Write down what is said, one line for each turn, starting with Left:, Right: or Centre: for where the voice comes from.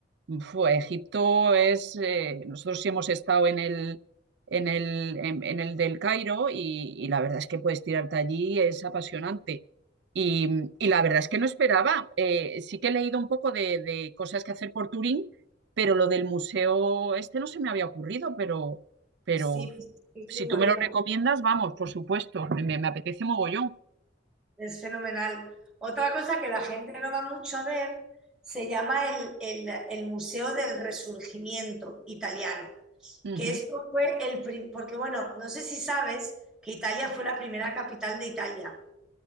Right: Fue, Egipto es, eh, nosotros sí hemos estado en el, en el, en, en el del Cairo y, y la verdad es que puedes tirarte allí, es apasionante. Y, y la verdad es que no esperaba. Eh, sí que he leído un poco de, de cosas que hacer por Turín, pero lo del museo este no se me había ocurrido, pero, pero
Centre: Sí, pues, sí, es
Right: si
Centre: muy
Right: tú
Centre: bonito.
Right: me lo recomiendas, vamos, por supuesto, me, me apetece mogollón.
Centre: Es fenomenal. Otra cosa que la gente no va mucho a ver se llama el, el- el Museo del Resurgimiento Italiano,
Right: Ujú.
Centre: que esto fue el... pri- Porque bueno, no sé si sabes que Italia fue la primera capital de Italia.